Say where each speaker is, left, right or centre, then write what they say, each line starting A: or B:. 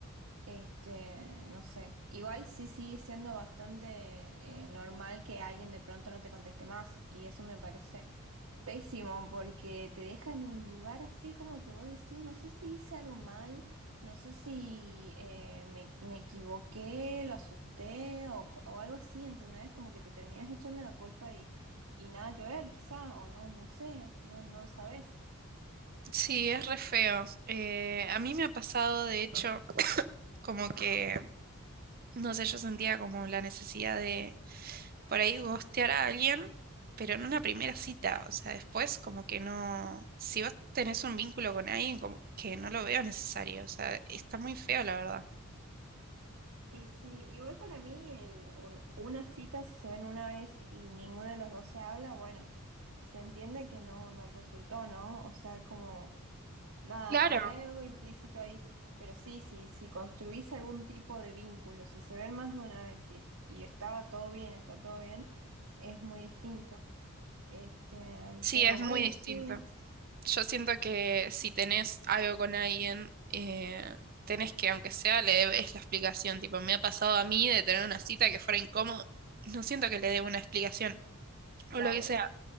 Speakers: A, on the right (about 65°); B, on the right (about 40°).
A: este, no sé, igual sí sigue siendo bastante eh, normal que alguien de pronto no te conteste más y eso me parece Pésimo, porque te deja en un lugar así como que vos decís, no sé si hice algo mal, no sé si eh, me, me equivoqué, lo asusté o, co- o algo así, ¿entendés? Como que te terminás echando la culpa y, y nada que ver, quizá, o no, no sé, no, no sabés.
B: Sí, es re feo. Eh, a mí me ha pasado, de hecho, como que, no sé, yo sentía como la necesidad de por ahí ghostear a alguien, pero en una primera cita, o sea, después como que no, si vos tenés un vínculo con alguien, como que no lo veo necesario, o sea, está muy feo, la verdad.
A: Y sí, igual para mí el, un- una cita, si se ven una vez y ninguno de los dos se habla, bueno, se entiende que no, no resultó, ¿no? O sea, como... Nada,
B: Claro,
A: para mí hay algo implícito ahí, pero sí, sí, si construís algún tipo de vínculo, si se ven más de una vez y, es- y estaba todo bien, está todo bien, es muy distinto. Este,
B: sí,
A: pero
B: es muy
A: bueno,
B: distinto.
A: sí,
B: Yo siento que si tenés algo con alguien, eh, tenés que, aunque sea, le debes la explicación. Tipo, me ha pasado a mí de tener una cita que fuera incómodo, no siento que le deba una explicación
A: claro.
B: o lo que sea.